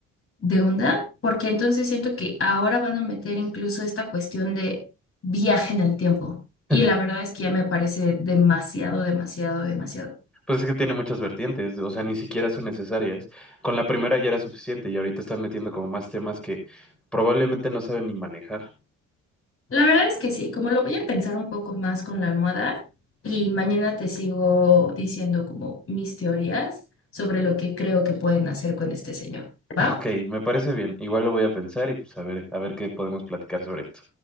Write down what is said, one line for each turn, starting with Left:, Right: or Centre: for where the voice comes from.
Left: de onda, porque entonces siento que ahora van a meter incluso esta cuestión de viaje en el tiempo. Y
Centre: <laughs>
Left: la verdad es que ya me parece demasiado, demasiado, demasiado.
Centre: Pues es que tiene muchas vertientes, o sea, ni siquiera son necesarias. Con la primera ya era suficiente y ahorita están metiendo como más temas que probablemente no saben ni manejar.
Left: La verdad es que sí, como lo voy a pensar un poco más con la almohada y mañana te sigo diciendo como mis teorías sobre lo que creo que pueden hacer con este señor, ¿va?
Centre: <laughs> Ok, me parece bien. Igual lo voy a pensar y pues a ver, a ver qué podemos platicar sobre esto.